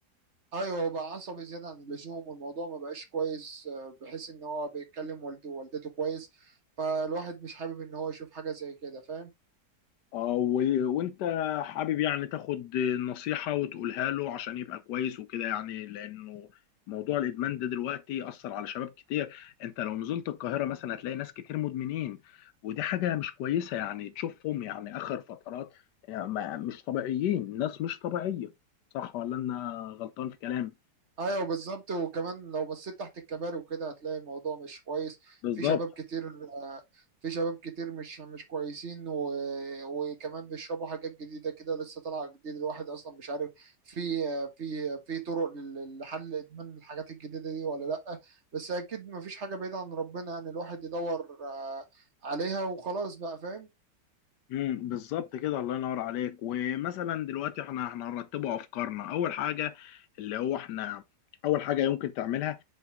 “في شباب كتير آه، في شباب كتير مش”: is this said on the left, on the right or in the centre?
Right